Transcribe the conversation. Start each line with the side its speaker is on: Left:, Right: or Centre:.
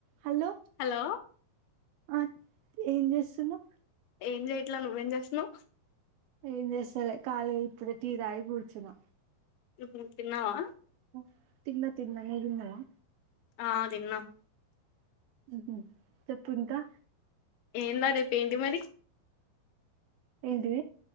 Right: hello
Left: hello
Right: ఆ ఏం చేస్తున్నా
Left: ఏం చేయట్లా నువ్వేం చేస్తున్నావ్
Right: ఏం చేస్తాలే కాలీ ఇప్పుడు టీ తాగి కూర్చున్న
Left: ఉ తిన్నావా
Right: ఉ తిన్నా తిన్నా నువ్వు తిన్నావా
Left: ఆ తిన్నా
Right: ఉహు చెప్పు ఇంకా
Left: ఏంలా రేపు ఏంటి మరి
Right: ఏంటిది